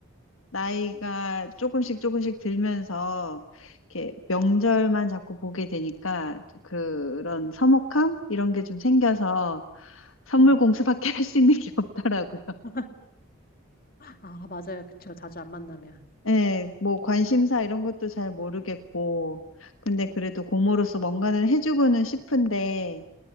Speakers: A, on the left; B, on the left.
A: 나이가 조금씩 조금씩 들면서 이렇게 명절만 자꾸 보게 되니까 그런 서먹함? 이런 게 좀 생겨서 선물
B: 네.
A: 공수밖에 <laughs> 할 수 있는 게 없더라고요.
B: <laughs> 아, 맞아요. 그쵸. 자주 안 만나면.
A: 예, 뭐 관심사 이런 것도 잘 모르겠고, 근데 그래도 고모로서 뭔가는 해주고는 싶은데,